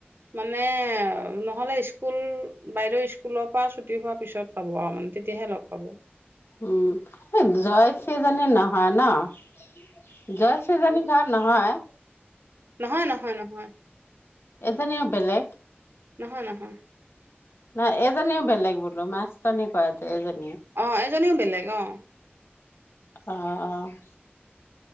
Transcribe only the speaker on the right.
মানে নহলে স্কুল বাইদেউ স্কুলৰ পৰা ছুটি হোৱাৰ পিছত পাব আৰু মানে তেতিয়াহে লগ পাব।
নহয়-নহয়-নহয়-
নহয়, নহয়।
অ' এজনীও বেলেগ অ'-